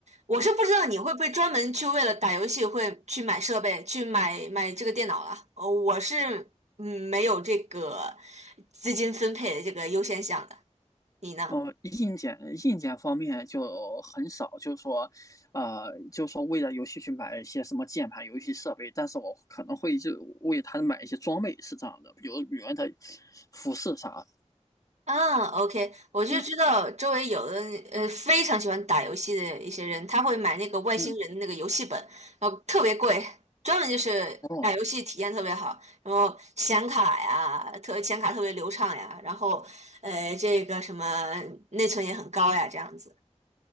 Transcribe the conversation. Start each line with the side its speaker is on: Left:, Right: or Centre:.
Right: 我是不知道你会不会专门去为了打游戏会去买设备，去买买这个电脑了。呃，我是嗯没有这个资金分配的这个优先项的，你呢？
Left: 哦，硬件硬件方面就很少，就是说，呃，就是说为了游戏去买一些什么键盘、游戏设备，但是我可能会就为他买一些装备，是这样的，比如女人的服饰啥，
Right: 啊，OK，我就知道周围有的呃非常喜欢打游戏的一些人，
Left: 嗯
Right: 他会买那个外星人的那个游戏本，
Left: 嗯，
Right: 然后特别贵，专门就是打游戏体验特别好，
Left: 哦
Right: 然后显卡呀，特显卡特别流畅呀，然后呃这个什么内存也很高呀，这样子。